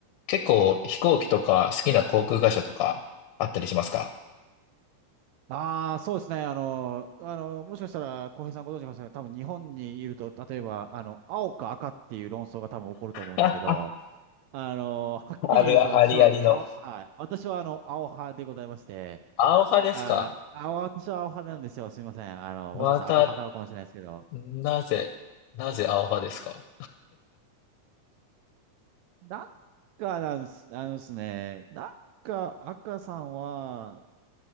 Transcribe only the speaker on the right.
ああ、そうですね。あの、あの、もしかしたら、浩平さんご存知かもしれない。多分日本にいると、例えば、あの、青か赤っていう論争が多分起こると思うんですけど、
あの、はっきり言うと、
私は青、はい。私はあの、青派でございまして、
あー、青、私は青派なんですよ。すみません。あの、
もしかしたら赤派かもしれないですけど、
なんかなんです、あのですね、なんか赤さんは、